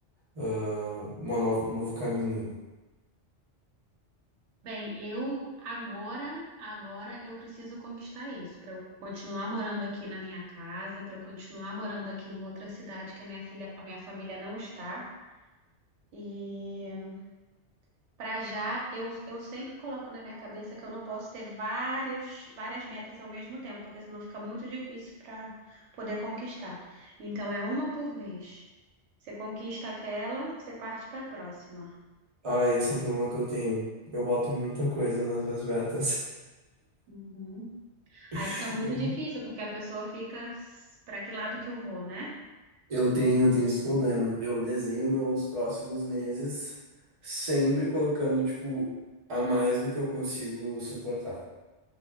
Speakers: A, on the right; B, on the right.
A: ah, uma nova, um novo caminho?
B: Bem, eu agora, agora eu preciso conquistar isso para eu continuar morando aqui na minha casa, para eu continuar morando aqui em outra cidade que a minha filha, a minha família não está. E Para já, eu, eu sempre coloco na minha cabeça que eu não posso ter vários, várias metas ao mesmo tempo, porque senão fica muito difícil para poder conquistar. Então, é uma por vez. Você conquista aquela, você parte para a próxima.
A: Ah, esse é um problema que eu tenho. Eu boto muita coisa nas minhas metas.
B: Uhum.
A: <laughs>
B: Aí fica muito difícil, porque a pessoa fica para que lado que eu vou, né?
A: Eu tenho, eu tenho esse problema. Eu desenho meus próximos meses sempre colocando, tipo, a mais do que eu consigo suportar.